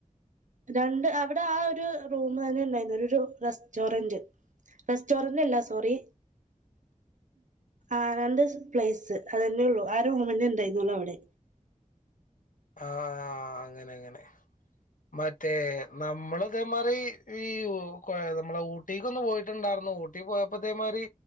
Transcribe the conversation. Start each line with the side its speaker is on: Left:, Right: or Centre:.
Right: രണ്ട് അവിടെ ആ ഒരു റൂം തന്നെ ഉണ്ടായിരുന്നു ഒരു റെസ്റ്റോറന്റ് റെസ്റ്റോറന്റ് അല്ല സോറി ആരണ്ട്സ് പ്ലേസ് അതെന്നെഒള്ളു ആറൂമന്നേ ഉണ്ടായിരുന്നൊള്ളു അവടെ
Left: ആ ആ ഹ് അങ്ങനങ്ങനെ മറ്റേ നമ്മളും ഇതേമാറി വിവോ കൊ നമ്മളെ ഊട്ടിക്കൊന്ന് പോയിട്ടുണ്ടാർന്നു ഊട്ടിപോയപ്പോ ഇതേമാരി